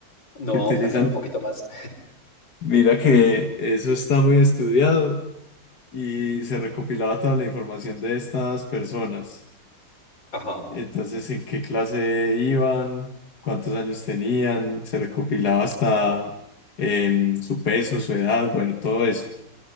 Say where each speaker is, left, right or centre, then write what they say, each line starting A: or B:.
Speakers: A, on the left (about 75°); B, on the left (about 55°).
A: No,
B: que utilizan.
A: cuéntame un poquito más.
B: Mira que eso está muy estudiado y se recopilaba toda la información de estas personas.
A: Ajá.
B: Entonces, ¿en qué clase iban? ¿Cuántos años tenían? Se recopilaba hasta em, su peso, su edad, bueno, todo eso.